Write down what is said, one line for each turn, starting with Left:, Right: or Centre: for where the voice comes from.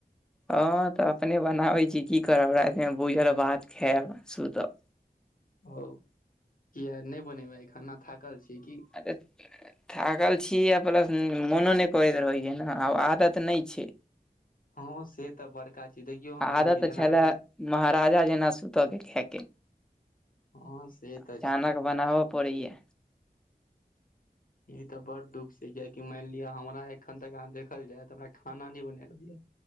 Centre: हँ तऽ अपने बनाबै छी की करब रा एखन भूझल भात खेएब सुतब।
Left: भौह किया नै बनेबेै आय खाना थाकल छियेै की।
Centre: अेरे <unintelligible> थाकल छीयै आ प्लस मोनो नै करैत रहै छै न आब आदत नै छै।
Left: हँ से तऽ बड़का छी देखियौ हमरा
Centre: आदत
Left: देख जेना
Centre: छले
Left: आहाँ के
Centre: महाराजा जेना सुतऽ के खए के
Left: हँ से
Centre: अचानक
Left: तऽ छै
Centre: बनाबअ। पड़ैया।
Left: ई तऽ बड़ दुख छै कियेकि माइन लिअ हमरा एखन तक अहाँ देखल जाय है त हमरा खाना नइ बनेल अबैया।